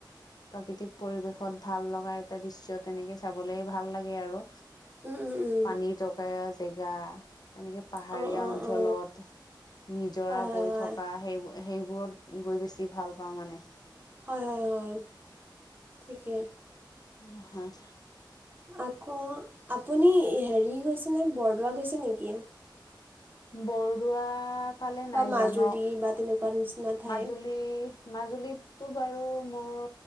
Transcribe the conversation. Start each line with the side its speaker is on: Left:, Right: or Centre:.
Left: প্ৰাকৃতিক পৰিবেশত ভাল লগা এটা দৃষ্য তেনেকে চাবলে ভাল লাগে আৰু।
Right: উম উম উম
Left: পানী জকা জেগা এনেকে পাহাৰীয়া
Right: অঁ অঁ
Left: অঞ্চলত
Right: অঁ
Left: নিজৰা
Right: হয় হয়
Left: বৈ
Right: হয়
Left: থকা সেইবোৰ সেইবোৰত গৈ বেছি ভাল পাওঁ মানে।
Right: হয়-হয়-হয় ঠিকে।
Left: উম, হয়।
Right: আকৌ আপুনি হেৰি গৈছেনে বৰদোৱা গৈছে নেকি?
Left: বৰদোৱাত। ফালে
Right: বা
Left: নাই
Right: মাজুলী
Left: জোৱা ন
Right: বা তেনেকুৱা নিচিনা ঠাই
Left: মাজুলী মাজুলীত টো বাৰু মোৰ